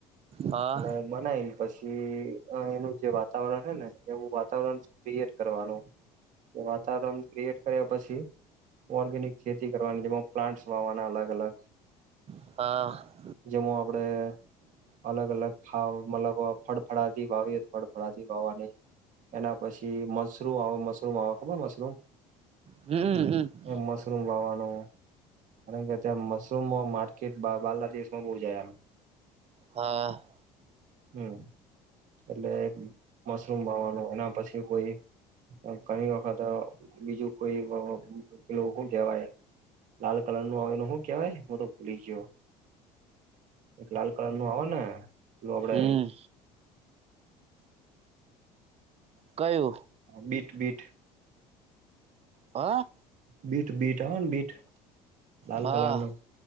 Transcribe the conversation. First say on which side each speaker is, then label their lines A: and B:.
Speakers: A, on the right; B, on the right.
A: હા
B: અને મનાય પછી એનું જે વાતાવરણ હે ને એવું વાતાવરણ ક્રિએટ કરવાનું વાતાવરણ ક્રિએટ કર્યા પછી ઓર્ગેનિક ખેતી કરવાની જેમાં પ્લાન્ટસ વાવાના અલગ-અલગ
A: હા
B: જેમ આપડે અલગ-અલગ ખા મતલબ ફળફળાથી વાવીએ ફળફળાથી વાવા ની એના પછી મશરૂમ આવે મશરૂમ આવે ખબર મશરૂમ?
A: હમ-હમ
B: એ મશરૂમ વાવાનું ત મશરૂમ માર્કેટ બારના બાંગ્લાદેશમાં બહુ જાય
A: હા.
B: હમ્મ, એટલે મશરૂમ વાવાનું, એના પછી કોઈ ગની વખત અ બીજું કોઈ વ વ પેલુ હુ કહેવાય, લાલ કલર નું આવે એને હુ કેવાય ને હું તો ભૂલી ગયો. એક લાલ કલર નું આવે ને એેલું આપડે.
A: હમ. કયુ?
B: બીટ બીટ
A: હા.
B: બીટ, બીટ આવે ને બીટ, લાલ
A: હા
B: કલર નુ